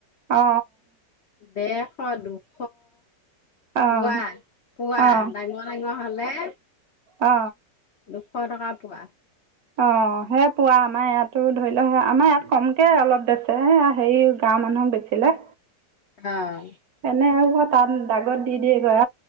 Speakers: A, on the right; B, on the left.
A: অ অ
B: ডেৰশ, দুশ
A: অ',
B: পোৱা পোৱা
A: অ',
B: দাঙিব লাগিব নহলে।
A: অ
B: দুশ টকা পোৱা
A: অ সেই পুৱা আমাৰ ইয়াতো ধৰি লওক আমাৰ ইয়াত কমকে অলপ বেছে, হেৰি গাঁৱৰ মানুহক বেচিলে
B: অ
A: এনে আৰু। হওঁ তাত দাগত দি দিয়ে গৈ